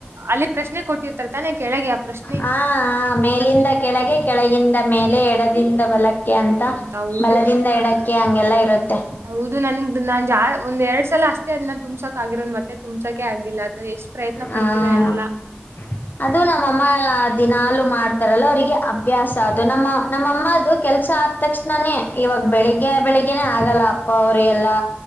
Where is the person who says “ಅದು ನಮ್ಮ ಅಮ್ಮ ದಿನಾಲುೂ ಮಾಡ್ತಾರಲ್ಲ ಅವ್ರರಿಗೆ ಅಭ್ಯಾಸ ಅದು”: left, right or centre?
Left